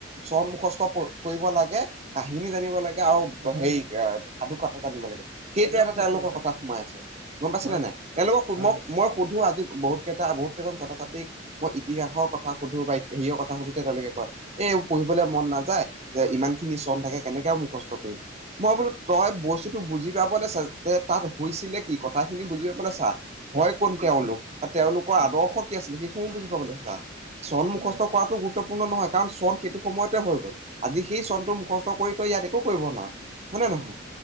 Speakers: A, on the right; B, on the right.
A: চন মুখস্থ কৰিব লাগে কাহিনী জানিব লাগে আৰু
B: হয়
A: হেৰি
B: হয়
A: সাধু কথা জানিব লাগে সেইটোৱে
B: একদম
A: এটা
B: সত্য
A: তেওঁলোকৰ কথা
B: এইটো
A: সোমাই আছে গম পাইছে
B: হয়
A: নে নাই তেওঁলোকক
B: হয়
A: মই মই সুধো আজি বহুত কেইটা বহুত কেইজন ছাত্ৰ ছাত্ৰীক মই ইতিহাসৰ কথা সুধো বা হেৰিৰ কথা সুধোতে তেওঁলোকে কয় এই পঢ়িবলৈ মন নাযায় যে ইমান খিনি চন থাকে কেনেকে মুখস্থ কৰিম। মই বোলো তই বস্তুতটো বুজি পাব <unintelligible> তাত হৈছিলে কি কথাখিনি বুজি পাবলে ছা হয় কোন তেওঁলোক বা তেওঁলোকৰ
B: হয়
A: আদৰ্শ কি আছিলে সেইসমূহ বুজি পাবলৈছা চণমুখস্থ
B: হয় হয়
A: কৰাটো গুৰুত্বপূৰ্ণ নহয় কাৰণ চন সেইটো সময়তে হৈ গ'ল। আজি সেই চনটো মুখস্থ কৰি তই ইয়াত একো কৰিব না হয় নে নহয়